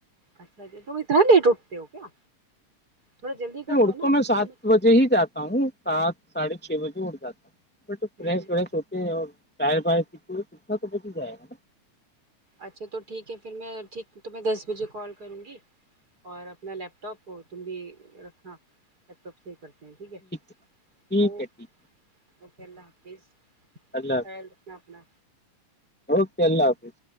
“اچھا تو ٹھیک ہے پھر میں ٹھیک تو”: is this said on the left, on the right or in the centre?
Right